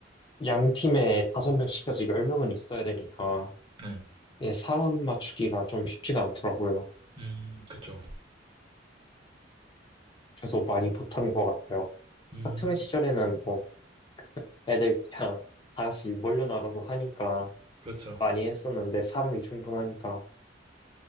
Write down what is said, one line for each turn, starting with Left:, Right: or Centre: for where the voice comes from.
Left: 양 팀에 다섯 명 시켜서 열 명은 있어야 되니까
Right: 네.
Left: 이게 사람 맞추기가 좀 쉽지가 않더라고요.
Right: 음, 그쵸.
Left: 그래서 많이 못한 것 같아요.
Right: 음,
Left: 학창 시절에는 뭐 애들 그냥 다 같이 몰려 나가서 하니까
Right: 그렇죠.
Left: 많이 했었는데 사람이 충분하니까.